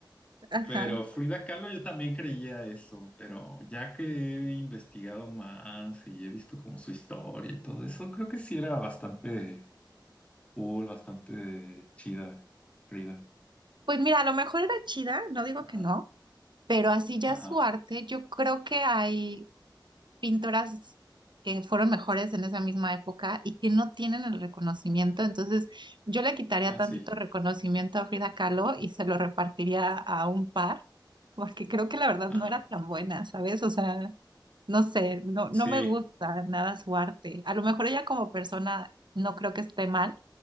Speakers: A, on the right; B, on the left.
A: ajá,
B: pero Frida Kahlo yo también creía eso, pero ya que he investigado más y he visto como su historia y todo eso, creo que sí era bastante cool, bastante chida, Frida.
A: pues mira, a lo mejor era chida, no digo
B: Ajá,
A: que no, pero así ya
B: ajá,
A: su arte, yo creo que hay pintoras que fueron mejores en esa misma época y que no tienen el reconocimiento, entonces yo le quitaría
B: ah,
A: tantito
B: sí,
A: reconocimiento a Frida Kahlo y se lo repartiría a un par, porque creo que la verdad
B: ajá,
A: no era tan buena, ¿sabes? O sea... No sé, no, no
B: sí.
A: me gusta nada su arte. A lo mejor ella como persona no creo que esté mal,